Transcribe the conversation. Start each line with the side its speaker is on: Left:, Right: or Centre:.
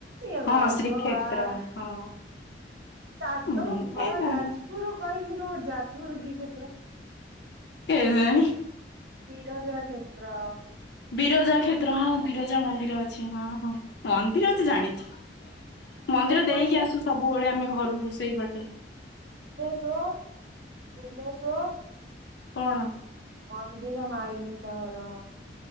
Right: ଏ
Left: ହଁ
Right: ଭଗଵାନ।
Left: ଶ୍ରୀକ୍ଷେତ୍ର ହଁ।
Right: ତମ
Left: ମୁଁ କାଇଁ
Right: ଘର
Left: ଜାଣିନି
Right: ଯାଜପୁର କହିଲୁ ତମ ଯାଜପୁର କି କ୍ଷେତ୍ର?
Left: କେଜାଣି।
Right: ବିରଜା କ୍ଷେତ୍ର।
Left: ବିରଜା କ୍ଷେତ୍ର ହଁ ବିରଜା ମନ୍ଦିର ଅଛି ହଁ ହଁ ମନ୍ଦିର
Right: ଏ
Left: ଅଛି ଜାଣିଛି। ମନ୍ଦିର
Right: ଆଉ
Left: ଦେଇକି
Right: କହିଲୁ
Left: ଆସୁ ସବୁବେଳେ ଆମେ ଘରକୁ ସେଇବାଟେ।
Right: ଭୁବନେଶ୍ୱର ଭୁବନେଶ୍ୱର।
Left: କଣ?
Right: ମନ୍ଦିର ମାଳିନୀ ସହର।